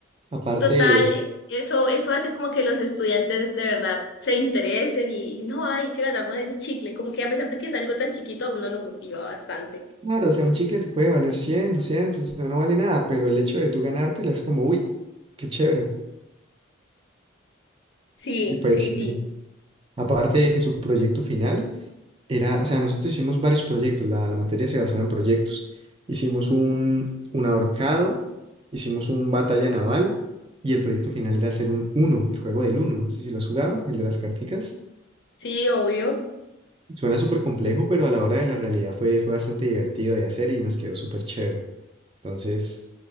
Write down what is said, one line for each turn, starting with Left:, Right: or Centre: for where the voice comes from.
Right: Aparte
Left: Total,
Right: de,
Left: eso, eso hace como que los estudiantes de verdad se interesen y no, hay que ganar más ese chicle. Como que a pesar de que es algo tan chiquito, a uno lo motiva bastante.
Right: claro, o sea, un chicle te puede valer 100, 200, o sea, no vale nada, pero el hecho de tú ganártela es como, uy, qué chévere.
Left: Sí,
Right: Y pues,
Left: sí, sí.
Right: sí, aparte de que su proyecto final... era, o sea, nosotros hicimos varios proyectos, la, la materia se basaba en proyectos. Hicimos un, un ahorcado, hicimos un batalla naval y el proyecto final era hacer un uno, el juego del uno, no sé si lo has jugado, el de las carticas.
Left: Sí, obvio.
Right: Suena súper complejo, pero a la hora de la realidad fue, fue bastante divertido de hacer y nos quedó súper chévere. Entonces,